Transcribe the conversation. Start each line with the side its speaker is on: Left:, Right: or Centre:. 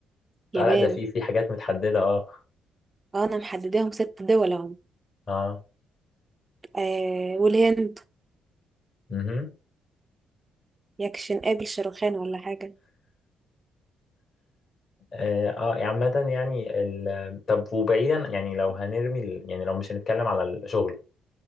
Right: يابان
Left: آه لا ده في في حاجات متحدده اه
Right: آه، انا محدداهم ست دول اهو
Left: اه
Right: آه والهند
Left: امم
Right: يكشن قابل شاروخان ولا حاجه
Left: اه آه، يعني عامه يعني ال... آه، طب وبعيدا يعني لو هنرمي ال... يعني لو مش هنتكلم على الشغل